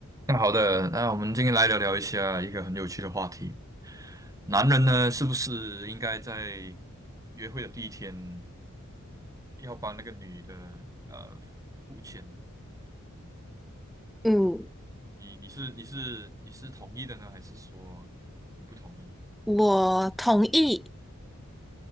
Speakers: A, on the right; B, in the centre.
A: 那好的，那我们今天来聊聊一下一个很有趣的话题。男人呢，是不是应该在约会的第一天要帮那个女的呃付钱呢？
B: 嗯，
A: 你你是你是你是同意的呢，还是说你不同意？
B: 我同意。